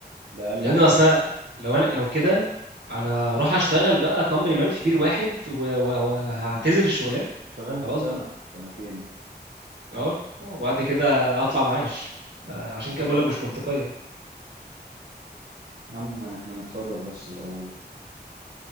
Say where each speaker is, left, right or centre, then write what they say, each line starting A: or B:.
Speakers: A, on the right; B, on the right.
A: ده أقل
B: يا
A: حاجة
B: ابني اصلا لو انا لو كده انا هروح اشتغل بقى كومباني مان في بير واحد و- و- وهعتزل الشغلانه
A: اشتغلت
B: خلاص
A: سنة
B: بقى
A: سنتين
B: اه وبعد
A: مش
B: كده اطلع معاش
A: ما-
B: آه، عشان
A: بالظبط
B: كده بقول لك مش منطقيه
A: يا عم احنا نتخرج بس الأول